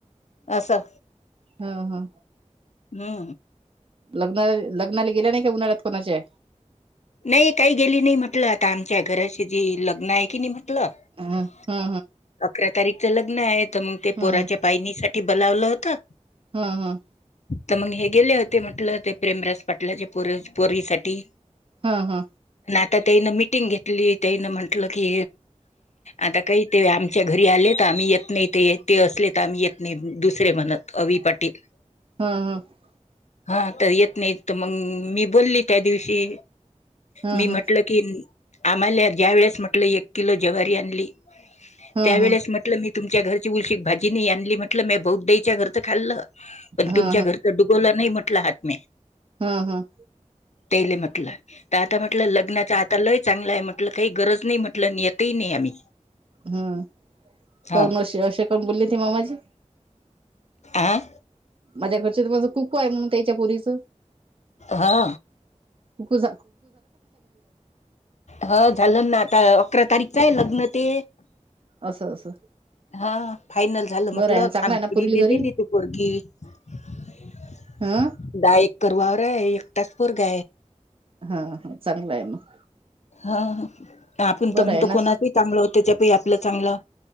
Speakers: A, on the left (about 65°); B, on the right (about 45°).
A: असं
B: ह ह
A: हम्म
B: लग्ना लग्नाले गेल्या नही का उन्हाळ्यात कुणाच्या
A: नई काय गेली न्हई म्हटलं आता आमच्या घराची जी लग्न हाय कीनी म्हण टल अकरा
B: ह ह
A: तारिकच लग्न हाय तर मग ते
B: ह ह
A: पोराच्या पाय नीसट बलावलं होतं
B: हा हम
A: तर मग हे गेले होते म्हटलं ते प्रेमरास पाटलाचे पोर पोरी साठी
B: हा हा
A: आता त्यानं मिटिंग घेतली त्यानं म्हंटलं की आता काही ते आमच्या घरी आलेत आम्ही येत नाही ते एकटे असले तर आम्ही येत नाही दुस शे मनतात अभि पाटीली
B: हा हा
A: हा तर येत नाही तर मग मी बोलली त्या दिवशी
B: हा
A: मी
B: हा
A: म्हटल की आम्हाला ज्या वेळेस म्हटलं एक किलो जव्हारी आणली
B: हा
A: त्या
B: हा
A: वेळेस म्हटलं मी तुमच्या घरची उलशी भाजी नाही आणली म्हट म्हटलं म बौ देच्या घरचं खाल्लं पण
B: हा
A: तुमच्या घरचडुबवलं नाही म्हटलं हात म
B: हम हम
A: ते म्हटलं तर आता म्हटलं लग्नाच आ त्यालाही चांगलं आहे म्हटल काही गरज नाही म्हटलं येतही नाही आम्ही
B: हम
A: हा
B: कोण अ असे कोण बोलली ती मामाजी
A: आं
B: माझ्याकडच माझं कुकू आहे म्हणून त्याच्या पुरीच
A: हा
B: खुकूझ
A: ह झालं ना आता अकरा तारीखच आहे लग्न ते
B: असं असं
A: हा फायनल झालं
B: बरं
A: म्हटलं
B: आहे ना चांगलं
A: खामपडीने
B: आहे ना पुरील घरी
A: दिली ती पोरकीी दहा
B: हा
A: एकर वावर आहे एकटाच पोरग
B: हा हा चांगला आहे मग
A: हा आपण
B: बरं
A: तर म्हणतो
B: आहे ना
A: कोणा चांगलं हो त्याच्या पै आपलं चांगलं